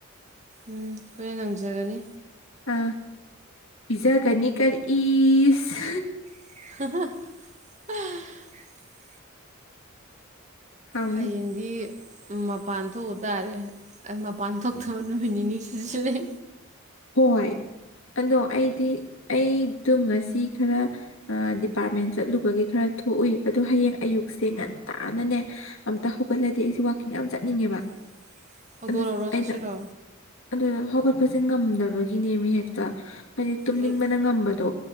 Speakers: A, on the right; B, on the left.
A: ꯎꯝ ꯑꯩꯈꯣꯏꯅ ꯉꯝꯖꯒꯅꯤ
B: ꯑ ꯄꯤꯖꯒꯅꯤꯀꯔꯁ
A: <unintelligible>
B: ꯍꯥꯎꯅꯤ
A: ꯍꯌꯦꯡꯗꯤ ꯃꯄꯥꯟ ꯊꯣꯛꯎ ꯇꯥꯔꯦ ꯑꯩ ꯃꯄꯥꯟ ꯊꯣꯛꯇꯕ ꯅꯨꯃꯤꯠ ꯅꯤꯅꯤ ꯁꯨꯁꯨꯔ‌ꯦ
B: ꯍꯣꯏ ꯑꯗꯣ ꯑꯩꯗꯤ ꯑꯩ ꯑꯗꯨꯨꯝ ꯉꯁꯤ ꯈꯔ ꯑꯥ ꯗꯤꯄꯥꯔꯠꯃꯦꯟ ꯆꯠꯂꯨꯕꯒꯤ ꯈꯔ ꯊꯣꯛꯎꯏ ꯑꯗꯣ ꯍꯌꯦꯡ ꯑꯌꯨꯛꯁꯦ ꯉꯟ ꯇꯥꯅꯅꯦ ꯑꯝꯇ ꯍꯧꯒꯠꯂꯗꯤ ꯑꯩꯁꯦ ꯋꯥꯥꯛꯀꯤꯡ ꯌꯥꯝ ꯆꯠꯅꯤꯡꯉꯦꯕ
A: <unintelligible>
B: ꯑꯗꯨ ꯑꯩꯅ
A: ꯆꯠꯁꯤꯔꯣ
B: ꯑꯗꯨ ꯍꯧꯒꯠꯄꯁꯦ ꯉꯝꯗꯕꯒꯤꯅꯦ ꯃꯤ ꯍꯦꯛꯇ ꯍꯥꯏꯗꯤ ꯇꯨꯝꯅꯤꯡꯕꯅ
A: ꯎꯝ
B: ꯉꯝꯕꯗꯣ